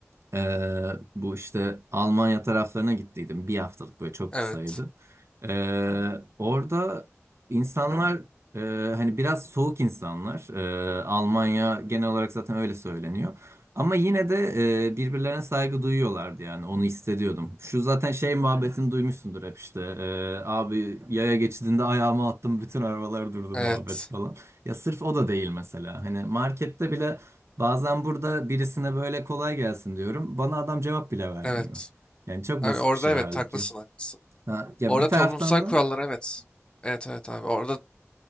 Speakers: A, on the right; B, on the left.
A: Ee, bu işte Almanya taraflarına gittiydim. Bir haftalık böyle çok
B: Evet.
A: kısaydı. Ee, orada insanlar e, hani biraz soğuk insanlar. Ee, Almanya genel olarak zaten öyle söyleniyor. Ama yine de e, birbirlerine saygı duyuyorlardı yani onu hissediyordum. Şu zaten şey muhabbetini duymuşsundur hep işte. Ee, abi yaya geçidinde ayağımı attım bütün arabalar durdu
B: Evet.
A: muhabbet falan. Ya sırf o da değil mesela. Hani markette bile Bazen burada birisine böyle kolay gelsin diyorum. Bana adam cevap bile vermiyor.
B: Evet.
A: Yani çok
B: Abi
A: basit
B: orada
A: bir şey
B: evet
A: halbuki.
B: haklısın haklısın.
A: Ha, ya
B: Orada
A: bir taraftan
B: toplumsal
A: da
B: kurallar evet. Evet evet abi. Orada